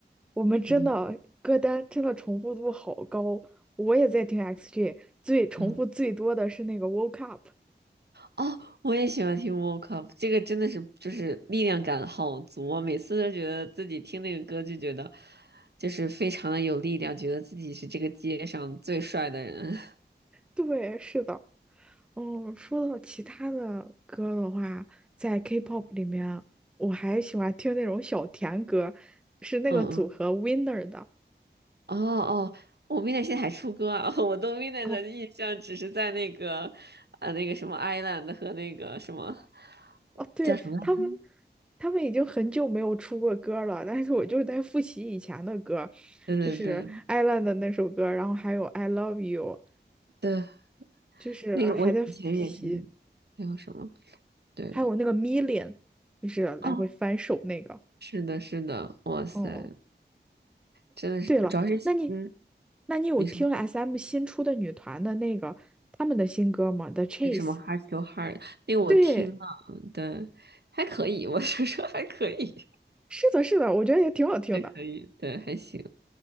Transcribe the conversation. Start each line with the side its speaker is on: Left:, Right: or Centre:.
Centre: 我们真的歌单真的重复度好高，
Right: 嗯
Centre: 我也在听 XG，最重复最多的是那个
Right: 嗯。
Centre: Woke Up。
Right: 哦，我也喜欢听 Woke Up，这个真的是就是力量感好足啊！每次都觉得自己听那个歌就觉得，就是非常的有力量，觉得自己是这个街上最帅的人。<laughs>
Centre: 对，是的。嗯，说到其他的歌的话，在 K-pop 里面，我还喜欢听那种小甜歌，是那个组合
Right: 嗯嗯，
Centre: Winner 的。
Right: 哦哦，我 m i d n i g 现在还出歌啊！<laughs> 我对 m i d n
Centre: 哦
Right: i g 的印象只是在那个呃那个什么 Island 和那个什么
Centre: 哦，对，
Right: 叫什么来着？
Centre: 他们，他们已经很久没有出过歌了，但是我就是在复习以前的歌，
Right: 对对对
Centre: 就是《Island》的那首歌，然后还有《I Love You》，
Right: 对，
Centre: 就是还在复习，
Right: 那个我以前也是，还有什么？对，
Centre: 还有那个《Million》，就是来回翻手那个。
Right: 哦，是的，是的，哇塞！
Centre: 哦，
Right: 真的是，
Centre: 对了，
Right: 主要是嗯，
Centre: 那你，那你有听
Right: 你说
Centre: SM 新出的女团的那个他们的新歌吗？The Chase。
Right: 为什么 hard to hard？那个我听了，
Centre: 对，
Right: 对，还可以，我是说还可以，
Centre: 是的，是的，我觉得也挺好听的。
Right: 还可以，对，还行。